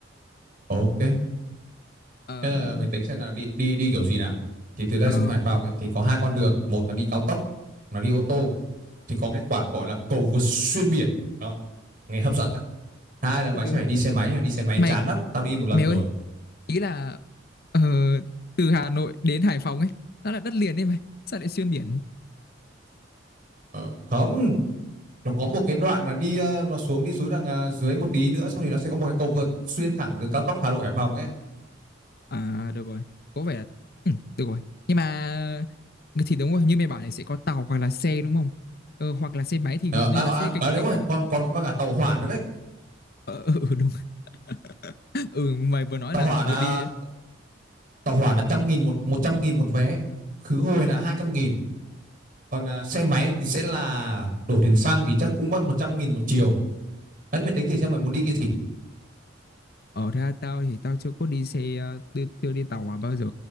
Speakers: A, on the right; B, on the left.
A: ok
B: Ờ,
A: thế là mình tính xem là đi đi đi kiểu gì nào thì từ đây
B: Ờ,
A: xuống Hải Phòng ấy thì có hai con đường một là đi cao tốc là đi ô tô thì có cái quả gọi là cầu vượt xuyên biển đó nghe hấp dẫn đấy hai là mày
B: thứ Tư
A: sẽ phải đi xe máy mà đi xe máy
B: Mày
A: chán lắm tao đi một lần
B: mày
A: rồi
B: ơi, ý là ờ, từ Hà Nội đến Hải Phòng ấy, nó là đất liền đấy mày. Sao lại xuyên biển?
A: Ờ, không Nó có một cái đoạn là đi ờ, nó xuống đi xuống đằng ờ, dưới một tí nữa xong thì nó sẽ có một cái cầu vượt xuyên thẳng từ cao tốc Hà Nội Hải Phòng ấy.
B: À được rồi, có vẻ là ừ, được rồi. Nhưng mà thì đúng rồi, như mày bảo thì sẽ có tàu hoặc là xe đúng không? Ờ, hoặc là xe máy thì
A: Ờ,
B: gần như
A: à,
B: là sẽ
A: à,
B: gạch
A: à, đúng
B: gạch
A: rồi,
B: bỏ.
A: còn còn có cả tàu hỏa nữa đấy.
B: Ờ, ừ, ừ, đúng. <laughs> Ừ mày vừa nói
A: Tàu
B: là
A: hỏa là
B: vừa đi
A: tàu hỏa là trăm nghìn một một trăm nghìn một vé, khứ hồi là hai trăm nghìn. Còn à, xe máy thì sẽ là đổ tiền xăng thì chắc cũng mất một trăm nghìn một chiều. Đấy mày tính thử xem mày muốn đi cái gì.
B: Ở ra tao thì tao chưa có đi xe ờ, chưa, chưa đi tàu hỏa bao giờ